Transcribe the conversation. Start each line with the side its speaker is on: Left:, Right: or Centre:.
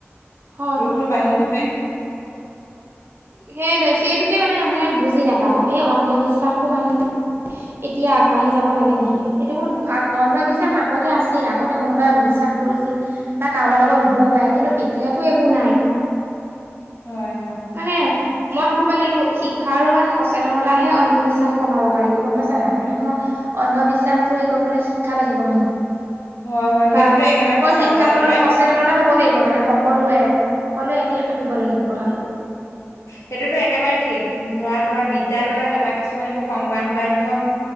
Right: হয়
Left: ৰোগটো
Right: বাৰু
Left: বাঢ়িবহে।
Right: সেই সেইটোকে মানে মানুহে বুজি নাপায় এই অন্ধবিশ্বাস বোৰ মানুহ এতিয়া আগবাঢ়ি যাব লাগে নেকি এইটোবোৰ অন্ধবিশ্বাস আগতে আছিল আগতে কোনোবাই বিশ্বাস কৰিছিল বা কাৰোবাৰ লগত হ'বও পাৰে, কিন্তু এতিয়াতো এইবোৰ নাই।
Left: হয়
Right: মানে মই ভাবো মানে শিক্ষা আৰু মানে সচেতনতাইাহে অন্ধবিশ্বাস কমাব পাৰিব গম
Left: হয়
Right: পাইছা নাই মানুহ অন্ধবিশ্বাসটো এই কৰিবলৈ শিক্ষা লাগিব মানুহক।
Left: হয় হয়
Right: বা
Left: সেইটোতো একেবাৰে
Right: অকল
Left: সঁচা
Right: শিক্ষা
Left: কথা
Right: হ'লে
Left: একেবাৰে
Right: সচেত তনতা হব লাগিব মানে সকলোৱে সকলোৱে একে ভাবিব লাগিব কথাটো।
Left: সেইটোতো একেবাৰে ঠিক ধৰা তোমাৰ বিদ্যালয় তাৰপৰা কিছুমান এইবোৰ সংবাদ মাধ্যম